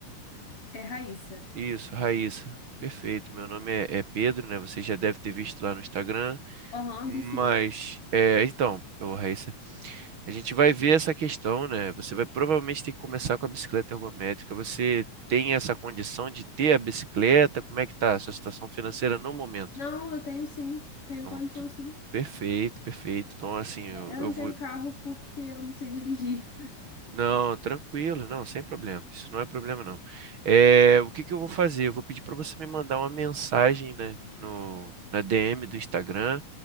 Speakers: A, on the left; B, on the right.
A: É Raíssa.
B: isso, Raíssa. Perfeito. Meu nome é, é Pedro, né? Você já deve ter visto lá no Instagram.
A: Aham,
B: Mas,
A: vi sim.
B: é, então, ô Raíssa, a gente vai ver essa questão, né? Você vai provavelmente ter que começar com a bicicleta ergométrica. Você tem essa condição de ter a bicicleta? Como é que tá a sua situação financeira no momento?
A: Não, eu tenho sim. Tenho
B: Então,
A: condição
B: tu-
A: sim.
B: perfeito, perfeito. Então, assim, eu,
A: É, eu
B: eu
A: não
B: vou.
A: tenho carro porque eu não sei dirigir.
B: Não, tranquilo, não, sem problema. Isso não é problema, não. É, o que que eu vou fazer? Eu vou pedir para você me mandar uma mensagem, né, no, na DM do Instagram.